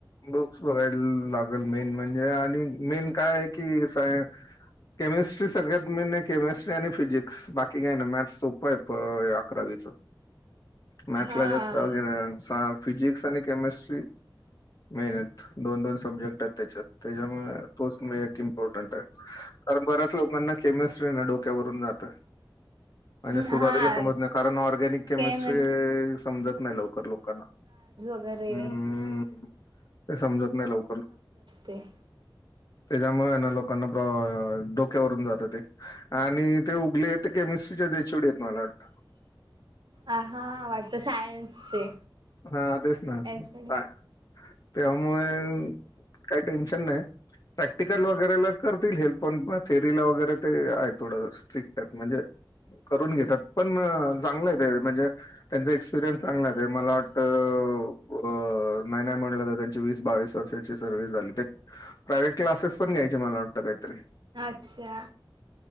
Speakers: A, on the left; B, on the right.
A: बुक्स बघयला लागलं मेन म्हणजे आणि मेन काय आहे की सा केमिस्ट्री सगळ्यात मेन आहे. केमिस्ट्री आणि फिजिक्स बाकी काय नाय मॅथ्स सोपं आहे अकरावीचं. मॅथ्सला
B: हा
A: जास्त फिजिक्स आणि केमिस्ट्री मेहनत. दोन, दोन सब्जेक्ट आहेत त्याच्यात. त्याच्यामुळे तोच मेन एक इम्पॉर्टंट आहे. कारण बऱ्याच लोकांना केमिस्ट्रींना डोक्यावरून जाते. म्हणजे सुरुवातीला
B: हा
A: समजत नाही, कारण ऑर्गेनिक केमिस्ट्री
B: केमस्
A: समजत नाही लवकर लोकांना.
B: बरे.
A: हम्म. ते समजत नाही लवकर.
B: ते
A: त्याच्यामुळे ना लोकांना डोक्यावरून जात ते आणि ते उगले ते केमिस् स्ट्रीचे एचओडी आहेत मला वाटतं.
B: अं हा वाटत सायन्सचे.
A: हा तेच ना
B: याच्याकडे
A: काय त्यामुळे काही टेन्शन नाही. प्रॅक्टिकल वगैरेला करतील हेल्प, पण थेरीला वगैरे ते आहे थोडं स्ट्रिक्ट आहेत. म्हणजे करून घेतात, पण चांगलं आहे ते म्हणजे त्यांचा एक्सपिरियन्स चांगला आहे. ते मला वा अ अ नाही, नाही म्हणलं तर त्यांची वीस, बावीस वर्षाची सर्व्हिस झाली. ते प्रायव्हेट क्लासेस पण घ्यायचे मला वाटतं कायतरी.
B: अच्छा.